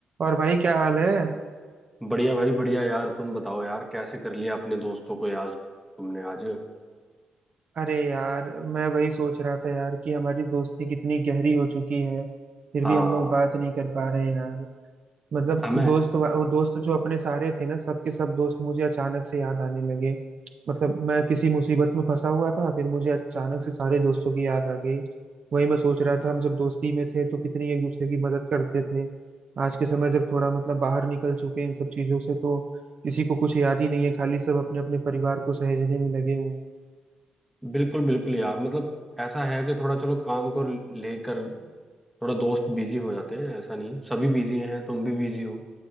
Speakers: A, on the right; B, in the centre.
A: और भाई क्या हाल है
B: बढ़िया भाई बढ़िया यार तुम बताओ यार कैसे कर लिया अपने दोस्तों को यार तुमने आज
A: अरे यार मैं वही सोच रहा था यार कि हमारी दोस्ती कितनी गहरी हो चुकी है फिर
B: हाँ
A: भी हम लोग बात नहीं कर पा रहे हैं यार मतलब
B: समय
A: दोस्त वा- वो दोस्त जो अपने सारे थे ना सबके सब दोस्त मुझे अचानक से याद आने लगे मतलब मैं किसी मुसीबत में फंसा हुआ था फिर मुझे अचानक से सारे दोस्तों की याद आ गई वही मैं सोच रहा था हम जब दोस्ती में थे तो कितनी एक दूसरे की मदद करते थे आज के समय जब थोड़ा मतलब बाहर निकल चुके हैं इन सब चीजों से तो किसी को कुछ याद ही नहीं है खाली सब अपने अपने परिवार को सहेजने में लगे हुए हैं
B: बिल्कुल बिल्कुल यार मतलब ऐसा है कि थोड़ा चलो काम को लेकर थोड़ा दोस्त बिजी हो जाते हैं ऐसा नहीं सभी बिजी हैं तुम भी बिजी हो